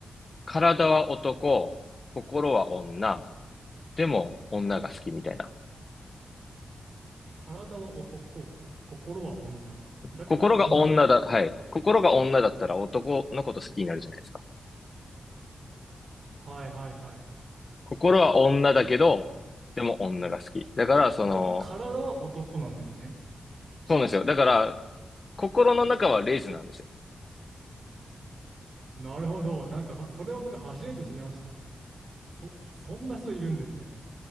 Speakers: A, on the left; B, on the right.
A: 体は男、心は女、でも女が好きみたいな。
B: 体は男、心は女。だけど女が好き。
A: 心が女だ、はい。心が女だったら男のこと好きになるじゃないですか。
B: はいはいはい。
A: 心は女だけど、でも女が好き。だから、その、
B: でも体は男なんですね。
A: そうなんですよ。だから、心の中はレズなんですよ。
B: なるほど。なんか、それを僕初めて知りました。そ、そんな人いるんですね。